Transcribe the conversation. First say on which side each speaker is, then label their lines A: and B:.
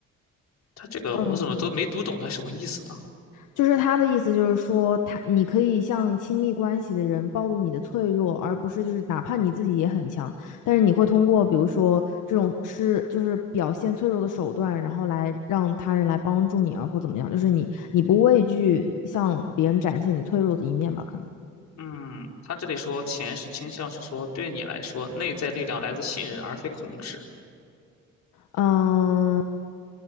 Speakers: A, on the left (about 60°); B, on the left (about 85°).
A: 他这个我怎么都没读懂他什么意思呢？
B: 嗯，就是他的意思，就是说他你可以向亲密关系的人暴露你的脆弱，而不是就是哪怕你自己也很强，但是你会通过比如说这种是就是表现脆弱的手段，然后来让他人来帮助你啊，或怎么样，就是你你不畏惧向别人展现你脆弱的一面吧，可能，
A: 嗯，他这里说钱是倾向是说对你来说，内在力量来自信任而非控制。
B: 嗯。